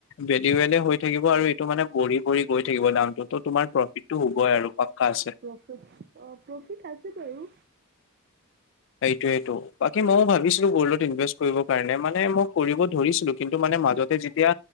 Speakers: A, on the left; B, on the right.
A: বেনিৱেন হৈ থাকিব আৰু এইটো মানে বঢ়ি বঢ়ি গৈ থাকিব দামটো তো তোমাৰ প্ৰফিটতো হবই আৰু পাক্কা আছে
B: উহ অহ প্ৰ'ফিট আছে বাৰু
A: সেইটোৱেতো বাকী ময়ো ভাবিছিলোঁ গ'ল্ডত ইনভেষ্ট কৰিবৰ কাৰণে মানে মোক কৰিব ধৰিছিলোঁ কিন্তু মানে মাজতে যেতিয়া